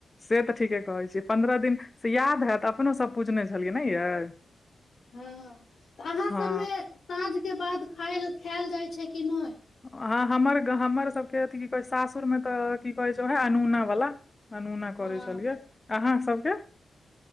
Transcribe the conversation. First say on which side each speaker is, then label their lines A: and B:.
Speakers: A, on the left; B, on the left.
A: से तऽ ठीके कहै छियै पन्द्रह दिन से याद हैत तऽ अपनो सभ पूजने छलियै नै यै
B: हँ तऽ अहाँ
A: हँ
B: सबमे साँझ के बाद खायल खायल जाइ छै कि नहि
A: हँ हमर हमर सभके अथी की कहै छै सासुरमे तऽ की कहैत छै उएह अनुना बला अनुना करै
B: हँ
A: छलियै अहाँ सबके